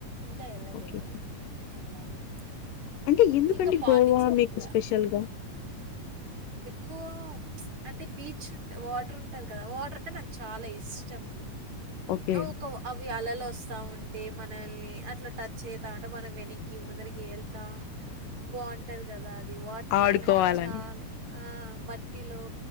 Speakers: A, on the right; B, on the left.
A: ఇంకా వెళ్ళలేదు,
B: ఓకే
A: వెళ్ళాలండి
B: అంటే ఎందుకండి
A: ఇంకా పాండిచ్చేరికి
B: గోవా మీకు
A: వా-
B: స్పెషల్గా
A: గోవా అంటే బీచ్ ఉంటే వాటర్ ఉంటది కదా వాటర్ అంటే నాకు చాలా ఇష్టం,
B: ఓకే
A: అవి ఒక అలలు వస్తా ఉంటా, అంటే మనల్ని అట్లా టచ్ చేతా అంటే మనం వెనక్కి ముందరికి వెళ్తా బాగుంటది, కదా అది వాటర్
B: ఆడుకోవాలని
A: అన్నాక చాలా ఆ మట్టిలో